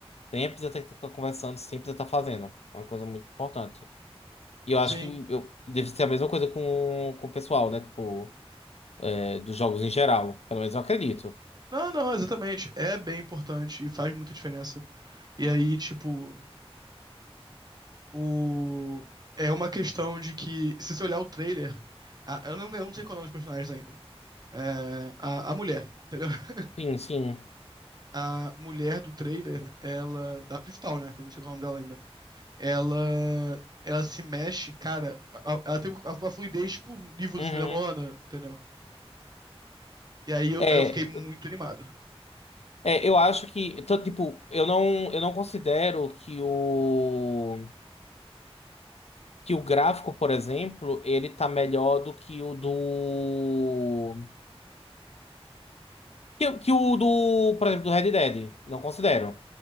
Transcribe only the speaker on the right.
Sim.
Não, não, exatamente. É bem importante e faz muita diferença. E aí, tipo, o... é uma questão de que, se você olhar o trailer, a- eu não, eu não sei qual é o nome dos personagens ainda. É, a, a mulher, entendeu? <laughs>
A mulher do trailer, ela. Da principal, né? Que eu não sei qual é o nome dela ainda. Ela. Ela se mexe, cara. a- a- Ela tem uma fluidez, tipo, nível
do filme da Moana, entendeu? E aí eu,
eu fiquei muito animado.